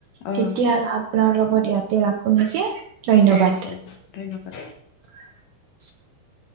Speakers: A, on the left; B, on the right.
A: অ
B: তেতিয়া আপোনাৰ লগত ইয়াতে ৰাখো নেকি। ধন্যবাদ।
A: অ', হ'ব ধন্যবাদ।
B: <inaudible>